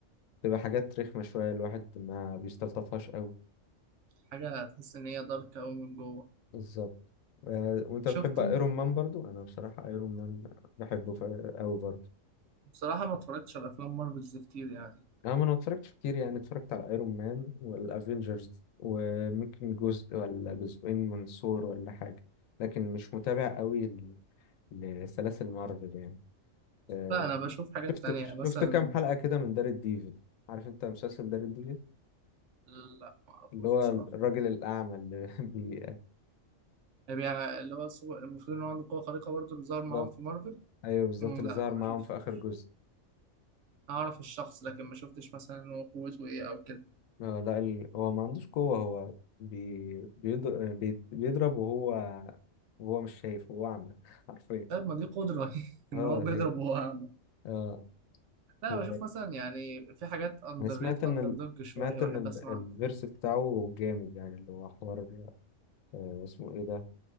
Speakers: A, on the left; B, on the right.
A: تبقى حاجات رخمة شوية الواحد ما بيستلطفهاش قوي
B: حاجة تحس إن هي دارك أوي من جوه
A: بالظبط آه، وانت
B: شفت
A: بتحب ايرون
B: أنت
A: مان برضو انا بصراحة ايرون مان بحبه ف- قوي برضو
B: بصراحة ما اتفرجتش على أفلام مارفلز كتير يعني
A: انا ما انا اتفرجتش كتير يعني اتفرجت على ايرون مان والافينجرز وممكن جزء ولا جزئين من ثور ولا حاجة لكن مش متابع قوي ل- لسلاسل مارفل يعني آه،
B: لا أنا بشوف حاجات
A: شفت
B: تانية يعني
A: شفت
B: مثلا
A: كام حلقة كده من دار الديفل عارف انت مسلسل دار الديفل
B: لا ما أعرفوش
A: اللي هو
B: بصراحة
A: الراجل الأعمى اللي <laughs> بي
B: يعني اللي هو السوبر المفروض إن هو عنده قوة خارقة برضه اللي ظهر معاهم
A: بي-
B: في مارفل
A: ايوه بالظبط
B: مم،
A: اللي
B: لا
A: ظهر معاهم
B: ما شفتوش
A: في اخر جزء
B: أعرف الشخص لكن ما شفتش مثلا إن هو قوته إيه أو كده
A: آه، لا ال... هو ما عندوش قوة هو بي... بيضر... بي... بيضرب وهو وهو مش شايف هو اعمى <laughs> حرفيا
B: طيب ما دي قدرة <laughs> إن
A: اه
B: هو بيضرب
A: هي
B: وهو أعمى
A: اه
B: لا
A: و...
B: بشوف مثلا يعني في حاجات أندر
A: انا سمعت
B: ريت أندر
A: ان ال...
B: دوج
A: سمعت
B: شوية بحب
A: ان ال...
B: أسمعها
A: الفيرس بتاعه جامد يعني اللي هو حوار آه اسمه ايه ده